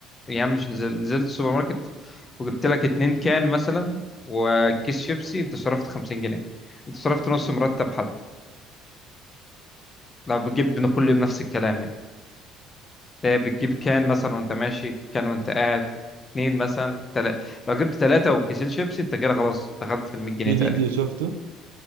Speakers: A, on the left (about 30°); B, on the right (about 85°).
A: يعني مش نزل... نزلت السوبر ماركت وجبت لك اتنين كان مثلا وكيس شيبسي انت صرفت 50 جنيه انت صرفت نص مرتب حد لو بتجيب من كل يوم نفس الكلام يعني ده بتجيب كان مثلا وانت ماشي كان وانت قاعد اتنين مثلا تل... لو جبت ثلاثة وكيسين شيبسي انت كده خلاص دخلت في ال 100 جنيه
B: في
A: تقريبا
B: فيديو شفته